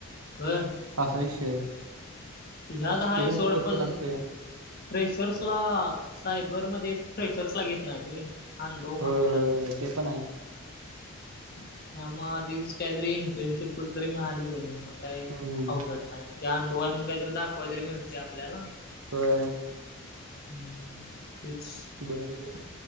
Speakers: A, on the left; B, on the right.
A: होय.
B: असा विषय.
A: ह्यात
B: एक्सपिरियन्स
A: हाय सोड
B: फक्त
A: पण
B: लागतोय
A: फ्रेशर्स ला सायबर मध्ये फ्रेशर्स ला घेत नाईत रे. अनुभव
B: होय
A: मागत्या
B: होय
A: आधी.
B: ते पण आहे
A: त्यामुळं आधीच काईतरी इंटर्नशिप कुठं तरी मिळाली का नाय मग काय
B: हम्म
A: अवघड नाय, त्या अनुभवाय म्हणुन काईतरी दाखवाय तरी मिळते आपल्याला.
B: होय
A: हम्म तेच.
B: बर बर.